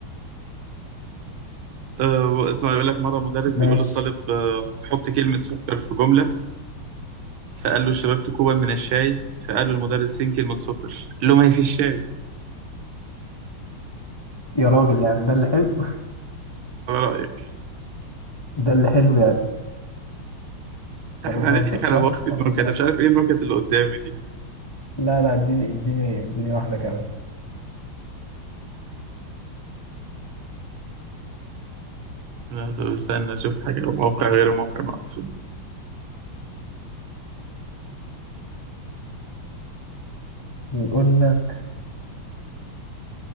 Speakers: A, on the right; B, on the left.
A: <laughs> آه اسمع يقول لك مرة مدرس بيقول
B: ماشي
A: للطالب آه حط كلمة سكر في جملة فقال له شربت كوبا من الشاي فقال له المدرس فين كلمة سكر قال له ما هي في الشاي
B: يا راجل يعني ده اللي حلو
A: على رأيك
B: <laughs> ده اللي حلو يعني
A: احنا
B: أنت بتهزر
A: هنضحك
B: صح؟
A: على وقت النكت
B: لا
A: أنا مش عارف ايه النكت اللي قدامي دي
B: لا لا اديني اديني اديني واحدة كمان
A: لا طب استنى اشوف حاجة موقع غير الموقع المعفن
B: يقول لك